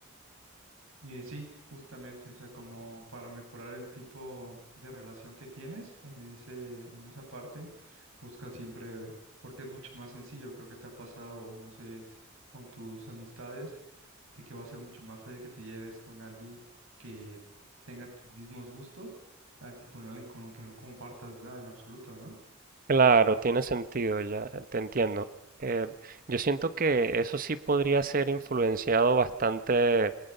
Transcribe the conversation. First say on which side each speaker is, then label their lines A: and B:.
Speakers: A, on the right; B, on the right.
A: Y eh, sí, justamente, o sea, como para mejorar el tipo de relación que tienes en ese, en esa parte, busca siempre, porque es mucho más sencillo. Creo que te ha pasado, o no sé, s- con tus amistades de que va a ser mucho más fácil que te lleves con alguien que tenga tus mismos gustos a que con alguien con el que no compartas nada en absoluto, ¿no?
B: Claro, tiene sentido, ya te entiendo. Eh, yo siento que eso sí podría ser influenciado bastante